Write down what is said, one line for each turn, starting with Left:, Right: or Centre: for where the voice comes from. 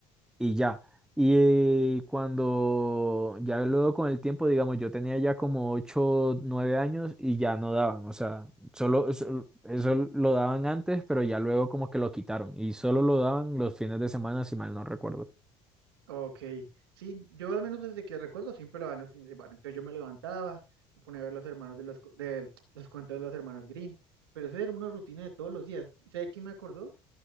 Centre: y ya. Y eh, cuando ya luego con el tiempo, digamos, yo tenía ya como 8 9 años y ya no daban, o sea, solo eso, eso lo daban antes, pero ya luego como que lo quitaron y solo lo daban los fines de semana, si mal no recuerdo.
Right: Ok, sí, yo al menos desde que recuerdo siempre lo dan los fines de semana. Entonces yo me levantaba, me ponía a ver los hermanos de los, cu- de los cuentos de los hermanos Green, pero eso era una rutina de todos los días. ¿Sabe quién me acordó?